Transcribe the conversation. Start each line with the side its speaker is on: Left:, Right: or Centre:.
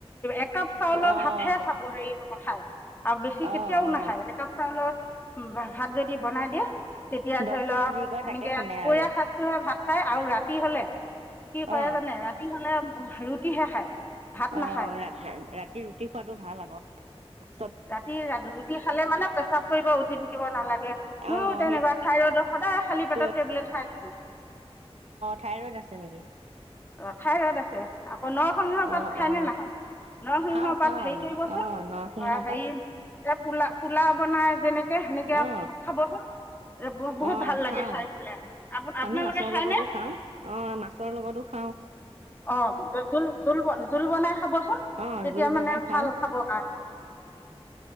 Left: একাপ চাউল ভাত
Right: অহ
Left: হাতেহে খাব হি হয় আলহী কেতিয়াও
Right: অহ অ অ
Left: নাখায় একাপ চাউলত উম বা ভাদ বনাই দিয়েও তেতিয়া
Right: ডক্তৰে
Left: ধৰি লও
Right: যি কয়
Left: সেনেকে
Right: তাকে শুনে
Left: দুপৰীয়া
Right: আৰু
Left: সাজোহে ভাত খায় আৰু ৰাতি হলে কি হয়
Right: অ
Left: জানে ৰাতি হলে অ ৰুটিহে খায় ভাত
Right: অ
Left: নাখায়
Right: ৰা ৰাতি ৰুটি খোৱাতটো ভাল আগত
Left: ৰাতি ৰুটি খালে মানে প্ৰেস্ৰাৱ কৰিব উঠি থাকিব নালাগে মোৰো
Right: অ
Left: তেনেকুৱা
Right: সেই
Left: চাই টাৰডৰ সদায় খালী পেটত
Right: অ
Left: টেবলেট খাই থাকো
Right: থাইৰইড আছে নেকি
Left: অ ঠাই ৰত আছে আৌ অ নৰসিংহ পাত
Right: অ
Left: খায়নে
Right: অ
Left: নাখায় নৰসিংহ
Right: খাওঁ খাওঁ
Left: পাত হেৰি
Right: আমি
Left: কৰিবচোন
Right: অ নৰসিংহ
Left: হেৰি
Right: পাত
Left: এ পোলা পোলা বনাই যেনেকে সেনেকে
Right: অ
Left: খাবচোন বহুত
Right: অ
Left: ভাল
Right: খাও
Left: লাগে খাই পেলাই আপ
Right: আমি
Left: আপোনালোকে
Right: মাছৰ
Left: খায়নে
Right: লগতো খাওঁ অ মাছৰ লগতো খা
Left: অ জোল জোল জোল বনাই খাবচোন
Right: অ
Left: তেতিয়া
Right: জোল
Left: মানে
Right: বনাই খাওঁ
Left: ভাল খাব হাক